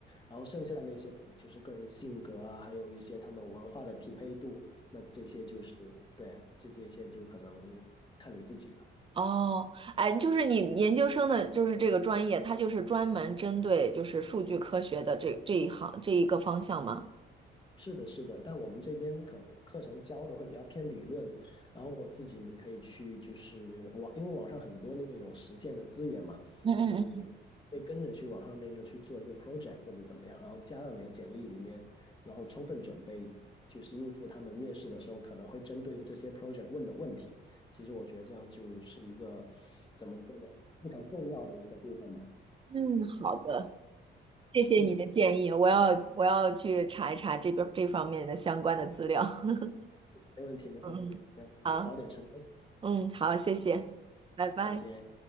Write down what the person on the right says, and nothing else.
哦，哎，就是你研究生的，就是这个专业，它就是专门针对就是数据科学的这这一行这一个方向吗？
嗯嗯嗯。
嗯，好的，谢谢你的建议，
我要我要去查一查这边这方面的相关的资料。<laughs>
嗯嗯，
好，嗯，好，谢谢，拜拜。